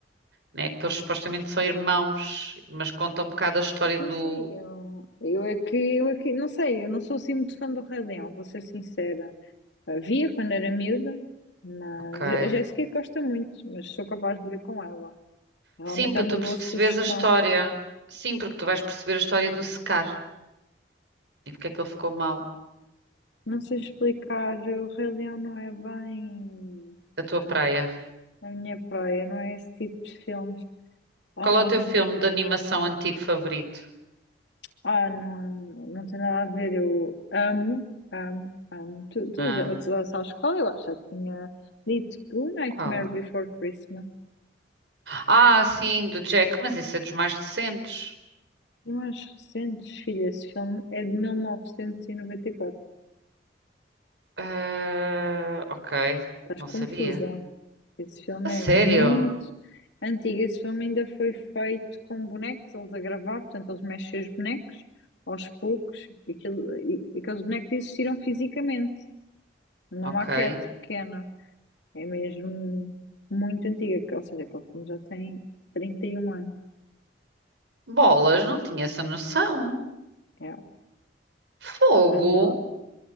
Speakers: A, on the right; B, on the left.
A: né, que eles supostamente são irmãos, mas conta um bocado a história do.
B: Sim, sim, eu, eu é que, eu é que, não sei, eu não sou assim muito fã do Rei Leão, vou ser sincera. Havia quando era miúda, mas
A: Ok.
B: a Jéssica gosta muito, mas sou capaz de ver com ela. Realmente
A: Sim, para
B: é uma
A: tu
B: boa
A: perceberes
B: sugestão.
A: a história. Sim, porque tu vais perceber a história do secar e porque é que ele ficou mau.
B: Não sei explicar, o Rei Leão não é bem
A: A tua praia.
B: a minha praia, não é esse tipo de filmes. Ahm,
A: Qual é o teu filme de animação antigo favorito?
B: ah, não, não tem nada a ver. Eu amo, amo, amo. Tu, tu
A: Ah,
B: já, tu já sabes qual eu acho. Já tinha dito que o Nightmare
A: qual?
B: Before Christmas.
A: Ah, sim, do Jack, mas esse é dos mais recentes.
B: E mais recentes, filha, esse filme é de mil novecentos e e noventa e quatro.
A: Ah, ok,
B: Estás
A: não
B: confusa.
A: sabia.
B: Esse filme
A: A sério?
B: é muito antigo. Esse filme ainda foi feito com bonecos, eles a gravar, portanto, eles mexem os bonecos aos poucos. E aquilo- e- aqueles bonecos existiram fisicamente, numa
A: Ok.
B: maquete pequena. É mesmo muito antiga, que- ou seja, aquele filme já tem 31 anos.
A: Bolas, não tinha essa noção.
B: É,
A: Fogo?
B: adoro,